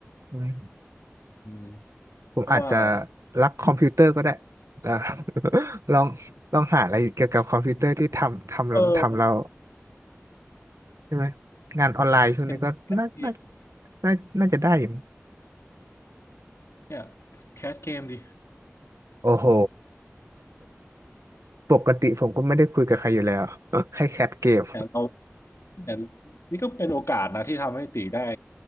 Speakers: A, on the right (about 85°); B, on the left (about 70°).
A: อืม
B: ๆอืม
A: ผมอาจจะ
B: เพราะว่า
A: รักคอมพิวเตอร์ก็ได้แล้ว <laughs> ลองลองหาอะไรเกี่ยวกับคอมพิวเตอร์ที่ทำทำทำเรา
B: เออ
A: ใช่ไหมงานออนไลน์ช่วงนี้ก็น่าน่า
B: เป็นแคสเกม
A: น่าน่าจะได้อยู่มั้ง
B: เนี่ยแคสเกมดิ
A: โอ้โหปกติผมก็ไม่ได้คุยกับใครอยู่แล้ว <laughs> ให้แคปเกม
B: แต่เรา เนี่ยนี่ก็เป็นโอกาสนะที่ทำให้ตีได้